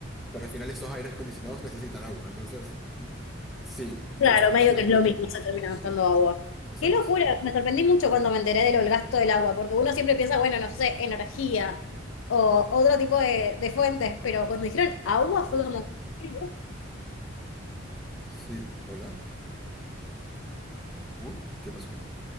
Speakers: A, in the centre; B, on the left.
A: Pero al final estos aires acondicionados necesitan agua, entonces mm, sí, gust-
B: Claro, medio
A: gastan
B: que es lo
A: mucho.
B: mismo, se termina
A: Sí,
B: gastando agua.
A: exacto,
B: Qué locura,
A: sí.
B: me sorprendí mucho cuando me enteré de lo del gasto del agua, porque uno siempre piensa, bueno, no sé, energía o otro tipo de, de fuentes, pero cuando dijeron agua fue como... qué loco.
A: Sí, hola. Uh, ¿qué pasó?